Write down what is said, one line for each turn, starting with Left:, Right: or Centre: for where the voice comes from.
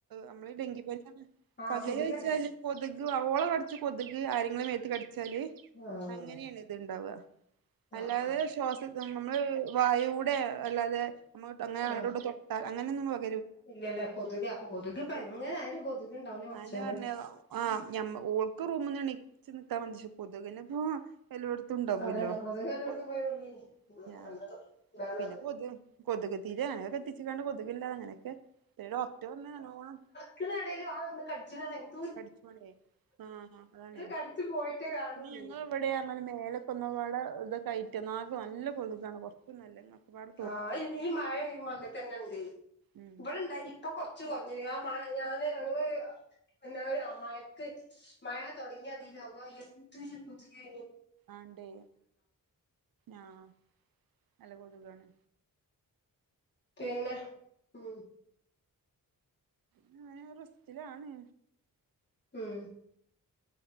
Right: അമ്മളീ ഡെങ്കിപനി പറഞ്ഞാ
Left: ആഹ്
Right: പകരൂ
Left: കൊതുകല്ലേ
Right: വെച്ചാല് കൊതുക് ഓള കടിച്ച കൊതുക് ആരെങ്കിലും മേത്ത് കടിച്ചാല്
Left: ആഹ്
Right: അങ്ങനേണ് ഇത്ണ്ടാവുക അല്ലാതെ
Left: ആഹ് ആഹ്
Right: ശ്വാസ ഇത് നമ്മ അമ്മൾ വായൂടെ അല്ലാതെ നമ്മ തൊട്ട അങ്ങനെ അങ്ങോട്ടും
Left: ആഹ്
Right: ഇങ്ങോട്ടും തൊട്ടാൽ അങ്ങനെ ഒന്നും <unintelligible>
Left: ഇല്ലല്ലേ കൊതുക് അപ്പ കൊതുകിപ്പൊ
Right: കൊതുക്
Left: എങ്ങനെ ആയാലും കൊതുക് ഇണ്ടാവൂലെ പടച്ചോനെ
Right: അതെന്നെ പറഞ്ഞെ ആഹ് ഞമ്മ ഓൾക്ക് റൂമിന്ന് എണീച്ച് നിക്കാൻ <unintelligible> കൊതുകിനിപ്പൊ എല്ലോടുത്തും ഉണ്ടാവൊല്ലോ
Left: അതന്നെ കൊതുക്
Right: പിന്നെ
Left: എല്ലോടത്തും
Right: കൊതു പതു
Left: പോയി ഉള്ളി
Right: ആഹ്
Left: നല്ലത് ഇതാണ്
Right: പിന്നെ കൊത് കൊതുക് തിരി അങ്ങനെയൊക്കെ കത്തിച്ച്ങ്ങാണ്ട് കൊതുകില്ലാതെ അങ്ങനെയൊക്കെ <unintelligible> ഡോക്ടർ വന്നു നല്ലോണം
Left: ക്ക്ന്ന എടേല് അതൊന്നു <unintelligible>
Right: പഠിച്ചുണ ആഹ് അതണേ
Left: കടിച്ചു പോയിട്ടേ കാണുള്ളൂ
Right: പിന്നെ ഞങ്ങൾ എവിടെ റഞ്ഞല് മേലെ സ് പാടെ ഇതൊക്കെ ആയിട്ട നക്ക് നല്ല കൊതുക്കാണ് ക ഇപ്പ ല്ല <unintelligible>
Left: ആഹ് ഈ മഴ മല തന്നെ ഇണ്ട്
Right: ഉം
Left: ഇവിടെ ഇണ്ടായി ഇപ്പം കൊറച്ച് കുറഞ്ഞ ഞ ഞാാന് ഞങ്ങള് എന്താ ഒരു ആ മയക്ക് മഴ തുടങ്ങിയ ദീല് അള്ളാ എന്താെരു കാെത് കെനി
Right: ആണ്ടേ ആഹ് നല്ല ക തുകാണ്
Left: പിന്നെ ഉ
Right: ഞനെ റസ്റ്റിലാണ്
Left: ഉം